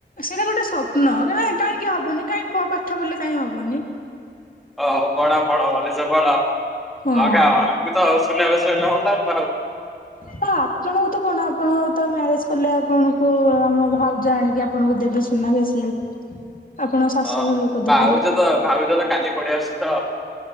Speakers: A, on the left (about 45°); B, in the centre.
A: ସେଇଟା ଗୋଟେ ସ୍ୱପ୍ନ କ କାହିଁକି ହବନି। କାଇଁ ପାଠ ପଢିଲେ କାହିଁ ହବନି।
B: ଓ ହଉ ପଢ ପଢ ଭଲେସେ ପଢ।
A: ହଁ।
B: ଲଗାଅ ଆମକୁ ତ <unintelligible>
A: ହଁ ଆପଣଙ୍କୁ ତ କଣ ଆପଣ ତ ମ୍ୟାରେଜ୍ କଲେ ଆପଣଙ୍କୁ ଆମ ଭାଉଜ ଆଣିକି ଆପଣଙ୍କୁ ଦେବେ ସୁନା ଭେସେଲେଟ୍। ଆପଣ ଶାଶୁଘର
B: ହଁ
A: ଲୋକ
B: ଭାଉଜ
A: ଦେବେ।
B: ତ ଭାଉଜ ତ କାଲି ପଳେଇ ଆସୁଛି ତ